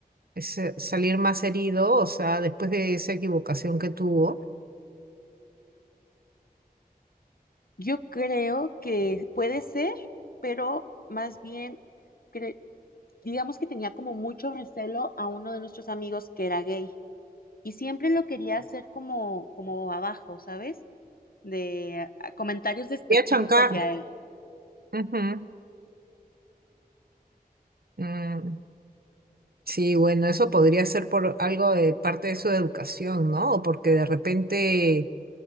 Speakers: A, on the right; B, on the left.
A: ese- salir más herido, o sea, después de esa equivocación que tuvo.
B: Yo creo que puede ser, pero más bien, cre- digamos que tenía como mucho recelo a uno de nuestros amigos que era gay y siempre lo quería hacer como, como abajo, ¿sabes? de ah, comentarios despectivos
A: Quería chancar.
B: hacia él.
A: Ujú. Mm, Sí, bueno, eso podría ser por algo de parte de su educación, ¿no? O porque de repente